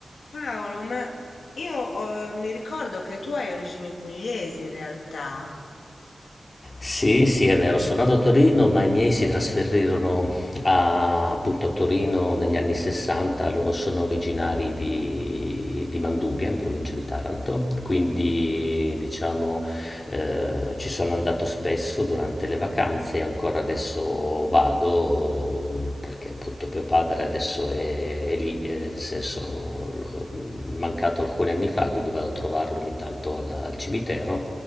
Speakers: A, on the left; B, on the left.
A: Paolo, ma io eh, mi ricordo che tu hai origini pugliesi in realtà.
B: Sì, sì, è vero, sono nato a Torino, ma i miei si trasferirono a, appunto a Torino negli anni 60, loro sono originari di, di Manduria, in provincia di Taranto, quindi diciamo eh, ci sono andato spesso durante le vacanze e ancora adesso vado perché appunto mio padre adesso è, è lì, eh, nel senso l'ho mancato alcuni anni fa, quindi vado a trovarlo ogni tanto alla- al cimitero.